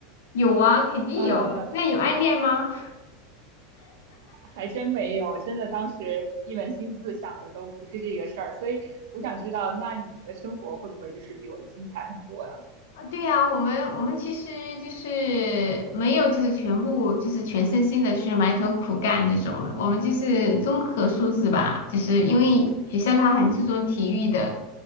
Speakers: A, on the left; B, on the right.
A: 有啊，肯定有。
B: 呃，
A: 那有暗恋吗？
B: 还真没有，真的当时一门心思想的都不是这个事儿，所以我想知道，那你的生活会不会就是比我的精彩很多呀？
A: 啊对呀，我们我们其实就是没有，就是全部就是全身心的去埋头苦干这种的。我们就是综合素质吧，就是因为学校它很注重体育的